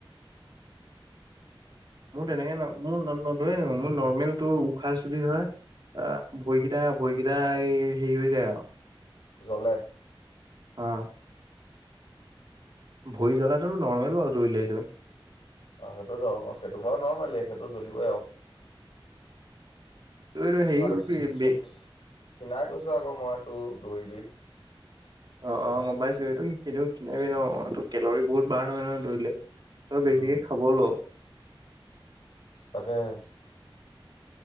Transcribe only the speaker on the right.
<inaudible> মোৰ তেনেকে মোৰ নধয়ে নয়, মোৰ নৰ্মেল তটো উশাহ চুটি হয়। অ', ভৰিকিটা, ভৰিকিটা এই হেৰি হৈ যায় আৰু
অ'। ভৰি জ্বলাটো নৰ্মেল বাৰু দৌৰিলে এইটো।
ত এইটো হেৰি
কৰিবি বে
অ', অ', গম পাইছোঁ সেইটো <unintelligible> কেলৰি বহুত বাৰ্ন হয়, নহয় দৌৰিলে। তই বেছিকে
খাব ল।